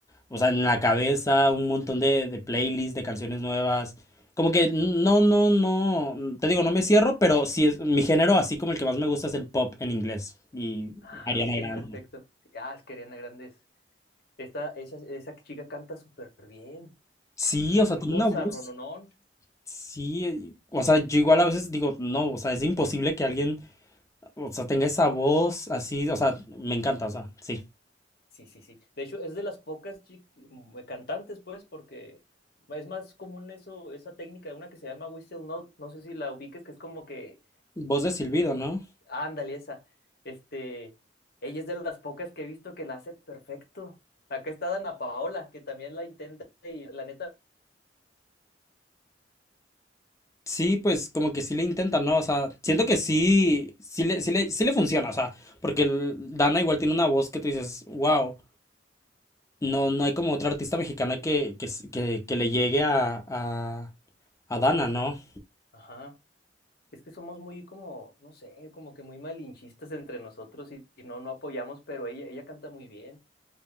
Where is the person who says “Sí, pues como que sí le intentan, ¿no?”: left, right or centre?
Left